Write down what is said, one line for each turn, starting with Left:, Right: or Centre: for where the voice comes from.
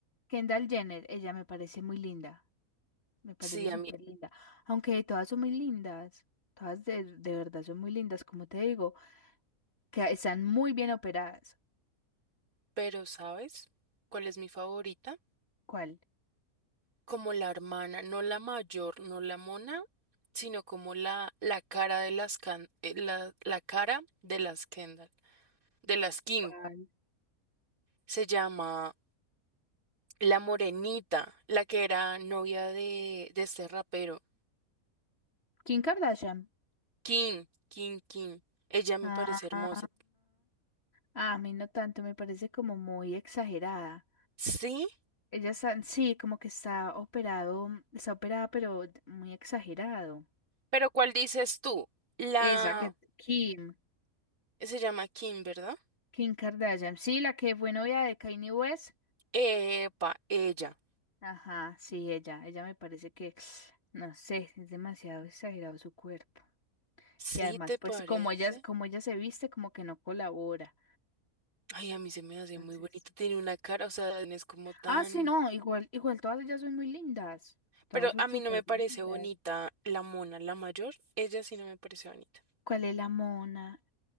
Left: Kendall Jenner. Ella me parece muy linda, me parece
Right: Sí, a
Left: súper
Right: mí.
Left: linda. Aunque todas son muy lindas, todas de, de verdad son muy lindas, como te digo, que están muy bien operadas.
Right: Pero, ¿sabes cuál es mi favorita?
Left: ¿Cuál?
Right: Como la hermana, no la mayor, no la mona, sino como la, la cara de las Kan- eh, la, la cara de las Kendall, de las Kim.
Left: ¿Cuál?
Right: Se llama La morenita, la que era novia de, de este rapero.
Left: Kim Kardashian.
Right: Kim, Kim, Kim. Ella me
Left: Ah,
Right: parece hermosa.
Left: a mí no tanto, me parece como muy exagerada.
Right: Sí,
Left: Ella está, sí, como que está operado, está operada, pero muy exagerado.
Right: pero ¿cuál dices tú? La...
Left: Esa que Kim.
Right: Se llama Kim, ¿verdad?
Left: Kim Kardashian. Sí, la que fue novia de Kanye West.
Right: Epa, ella.
Left: Ajá, sí, ella. Ella me parece que, <sniffs> no sé, es demasiado exagerado su cuerpo.
Right: ¿Sí
Left: Y además,
Right: te
Left: pues,
Right: parece?
Left: como ella, como ella se viste, como que no colabora.
Right: Ay, a mí se me hace
Left: Entonces.
Right: muy bonita. Tiene una cara, o sea, no es como tan...
Left: Ah, sí, no, igual, igual todas ellas son muy lindas. Todas
Right: Pero
Left: son
Right: a
Left: súper
Right: mí no me parece
Left: lindas.
Right: bonita la mona, la mayor. Ella sí no me parece bonita.
Left: ¿Cuál es la mona?